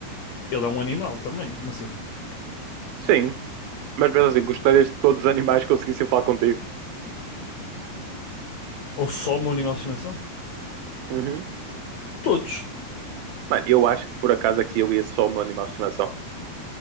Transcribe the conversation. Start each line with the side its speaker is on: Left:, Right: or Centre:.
Left: Ele é um animal também, como assim?
Right: Sim. Mas mesmo assim, gostarias de todos os animais conseguissem falar contigo.
Left: Ou só o meu animal de estimação?
Right: Uhum.
Left: Todos.
Right: Mano, eu acho que por acaso aqui eu ia só um animal de estimação.